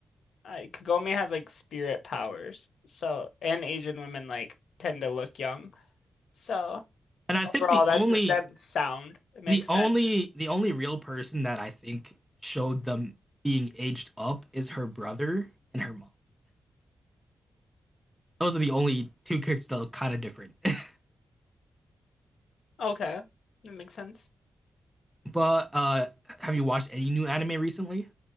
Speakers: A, on the left (about 80°); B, in the centre.
A: uh, Kagome has like spirit powers. So, and Asian women like tend to look young. So
B: And I
A: overall,
B: think the
A: that's
B: only
A: that sound. It makes
B: the only
A: sense.
B: the only real person that I think showed them being aged up is her brother and her mom. Those are the only two characters that look kind of different. <laughs>
A: Okay, that makes sense.
B: But uh, have you watched any new anime recently?